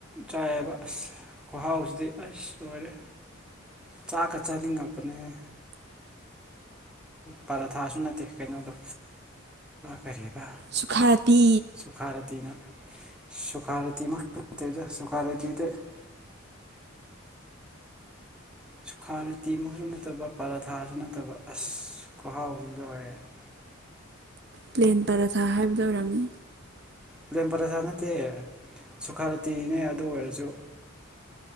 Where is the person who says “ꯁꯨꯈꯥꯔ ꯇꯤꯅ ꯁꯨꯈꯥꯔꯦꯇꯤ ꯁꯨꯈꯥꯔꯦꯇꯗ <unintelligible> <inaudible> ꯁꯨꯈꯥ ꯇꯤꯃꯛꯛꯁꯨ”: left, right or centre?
Centre